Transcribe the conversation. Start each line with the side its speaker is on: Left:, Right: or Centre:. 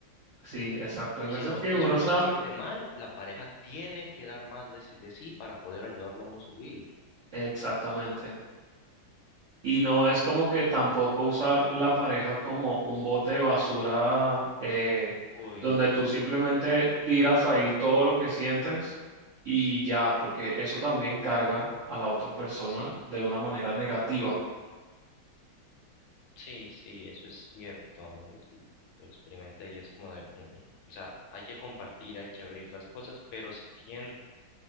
Right: Sí, exacto. Hay veces
Left: Y si la ot-
Right: que
Left: y
Right: uno
Left: si uno
Right: está...
Left: se siente mal, la pareja tiene que dar más de sí, de sí para poder ayudarlo a uno a subir.
Right: Exactamente. Y no es como que tampoco usar la pareja como un bote de basura eh,
Left: Uy,
Right: donde tú simplemente tiras ahí todo lo que sientes y ya, porque eso también carga a la otra persona
Left: sí.
Right: de una manera negativa.
Left: Sí, sí, eso es cierto. es- Lo experimenté y es como de, "Mm, mm". O sea, hay que compartir, hay que abrir las cosas, pero si tienes